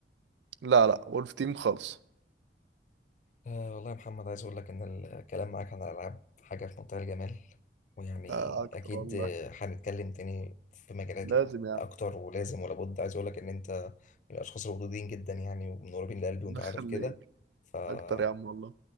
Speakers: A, on the right; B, on the left.
A: لا لا وولف تيم خالص
B: آه والله يا محمد عايز أقول لك إن الكلام معاك عن الألعاب حاجة في منتهى الجمال ويعني
A: آه، اكتر
B: أكيد
A: والله
B: آه، هنتكلم تاني في مجالات
A: لازم
B: ال-
A: يا
B: أكتر
A: عم
B: ولازم ولا بد عايز أقول لك إن أنت من الأشخاص الودودين جدا يعني ومن قريبين لقلبي وأنت
A: نخليك
B: عارف كده فأكيد
A: اكتر يا عم والله